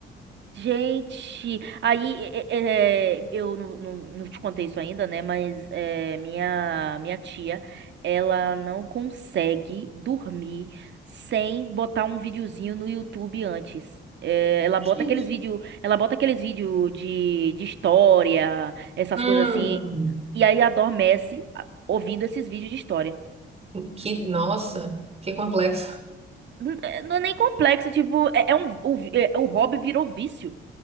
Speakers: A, on the right; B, on the right.
A: Gente, aí é, é, é, eu não, não, não te contei isso ainda, né? Mas é, minha, minha tia, ela não consegue dormir sem botar um videozinho no YouTube antes. É, ela bota
B: Gente,
A: aqueles vídeo, ela bota aqueles vídeo de, de história, essas
B: Hum,
A: coisas assim, e aí adormece a- ouvindo esses vídeos de história.
B: que, nossa, que complexo.
A: N- é- Não é nem complexo, tipo, é, é um, o, vi- é- o hobby virou vício.